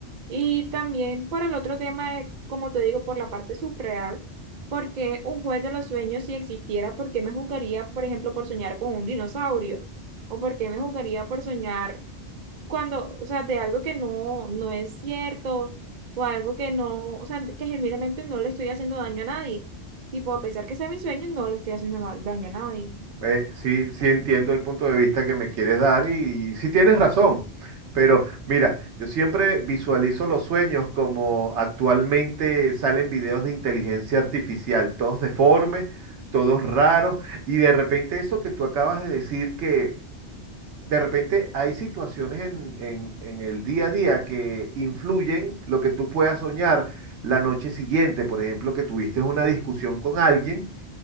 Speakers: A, on the right; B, on the right.
A: Y también por el otro tema, eh, como te digo, por la parte subreal, porque un juez de los sueños, si existiera, ¿por qué me juzgaría, por ejemplo, por soñar con un dinosaurio? ¿O por qué me juzgaría por soñar cuando, o sea, de algo que no, no es cierto o algo que no, o sea, que genuinamente no le estoy haciendo daño a nadie. Tipo, a pesar que sea mi sueño, no le estoy haciendo da- daño a nadie.
B: Eh, sí, sí entiendo el punto de vista que me quieres dar y, y sí tienes razón, pero mira, yo siempre visualizo los sueños como actualmente salen videos de inteligencia artificial, todos deformes, todos raros, y de repente eso que tú acabas de decir que de repente hay situaciones en, en en el día a día que influyen lo que tú puedas soñar la noche siguiente, por ejemplo, que tuviste una discusión con alguien.